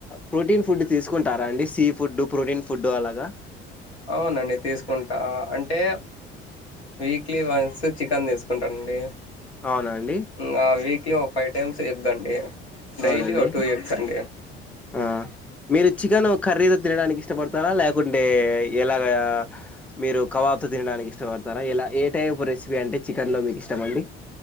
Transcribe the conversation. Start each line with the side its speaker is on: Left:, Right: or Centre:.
Centre: ప్రోటీన్ ఫుడ్ తీసుకుంటారాండి. సీ ఫుడ్డు, ప్రోటీన్ ఫుడ్డు, అలాగా
Left: అవునండి తీసుకుంటా. అంటే వీక్లీ వన్స్ చికన్ దిసుకుంటానండి
Centre: అవునా అండి
Left: ఇంగా వీక్లీ ఓ ఫై టైమ్స్ ఎగ్గండి డైలీ
Centre: అవునండి
Left: ఓ టు ఎగ్ససండి
Centre: ఆ మీరు చికెను కర్రీదో తినడానికి ఇష్టపడతారా. ల్యాకుండే, ఎలాగా. మీరు కబాబ్తో తినడానికి ఇష్టపడతారా ఎలా ఏ, టైప్ రెసిపీ అంటే, చికెన్లో మీకీష్టమండి